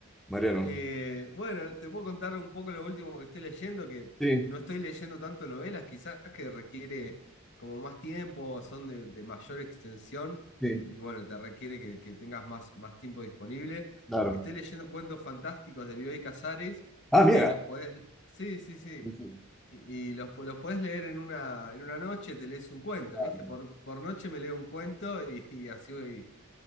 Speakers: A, in the centre; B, on the left.
A: Mariano?
B: Eh, bueno, te puedo contar un poco lo último que estoy leyendo, que
A: Sí,
B: no estoy leyendo tanto novelas, quizás que requiere como más tiempo, son de, de mayor extensión
A: sí,
B: y bueno, te requiere que, que tengas más, más tiempo disponible.
A: claro.
B: Estoy leyendo cuentos fantásticos de Bioy Casares,
A: Ah, mira.
B: que los podés, sí, sí, sí,
A: No
B: y, y los, po- los podés leer en una, en una noche, te lees un cuento,
A: claro.
B: ¿viste? Por, por noche me leo un cuento y, y así voy,